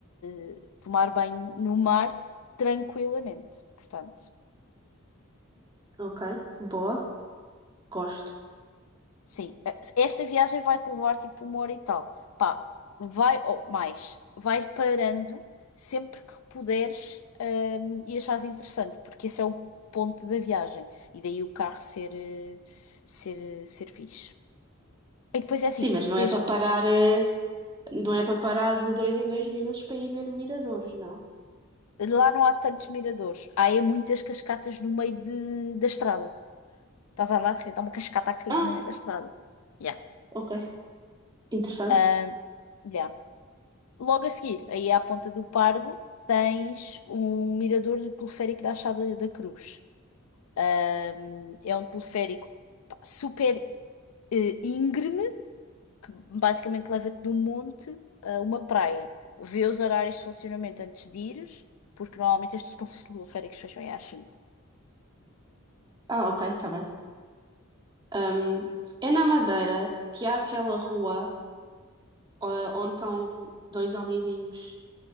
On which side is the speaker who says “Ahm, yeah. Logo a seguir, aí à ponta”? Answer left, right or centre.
Left